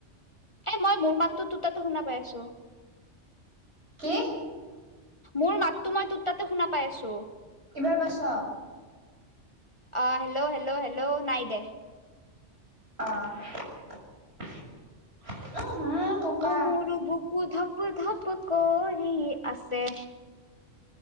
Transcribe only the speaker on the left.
এ মই মোৰ মাতটো তোৰ টাতো শুনা পাই আছো
মোৰ মাতটো মই তোৰত তাতে শুনা পাই আছো
অ হেল্ল' হেল্ল' হেল্ল' নাই দে
অ মোৰো বুকু ধপ ধপ কৰি আছে